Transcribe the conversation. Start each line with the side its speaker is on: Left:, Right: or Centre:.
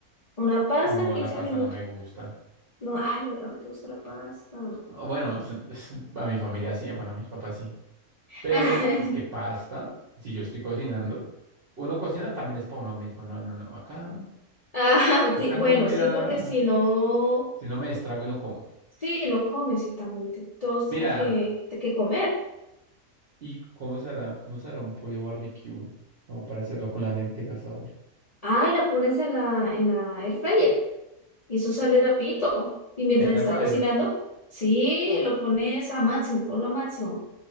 Left: una pasta,
Right: No,
Left: 15
Right: la pasta
Left: minutos.
Right: no me gusta.
Left: No, ay, de verdad, no te gusta la pasta.
Right: Ah, Bueno, es- es- a mi familia sí, bueno, a mis papás sí. Pero
Left: <laughs>
Right: es que pasta, si yo estoy cocinando, uno cocina también es para uno mismo. No, no, no. Acá,
Left: Ah,
Right: acá
Left: sí,
Right: no
Left: bueno,
Right: voy
Left: sí,
Right: a.
Left: porque si no,
Right: Si no me estrago y no como.
Left: sí, no comes y también te- todos
Right: Mira,
Left: tienen que, que comer.
Right: ¿y cómo se hará, cómo se hará un pollo barbecue? Como para hacerlo con las lentejas, a ver.
Left: Ah, y la pones en la, en la air fryer y eso sale rapidito. Y mientras
Right: En el
Left: está
Right: air fryer.
Left: cocinando, sí, lo pones a máximo, ponlo a máximo.